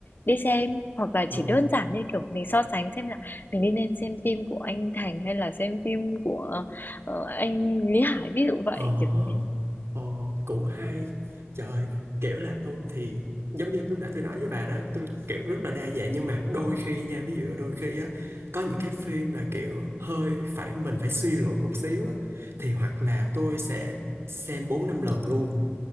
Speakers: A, on the left (about 50°); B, on the right (about 75°).
A: đi xem. Hoặc là
B: ờ
A: chỉ đơn giản như, kiểu, mình so sánh xem là mình đi nên xem phim của anh Thành hay là xem phim của, ờ, anh Lý Hải, ví dụ vậy,
B: Ờ,
A: kiểu như thế.
B: ờ, cũng hay trời kiểu là tôi thì giống như lúc nãy tôi nói với bà đó tôi kiểu rất là đa dạng nhưng mà đôi khi nha ví dụ đôi khi á có những cái phim mà kiểu hơi phải mình phải suy luận một xíu á thì hoặc là tôi sẽ xem bốn năm lần luôn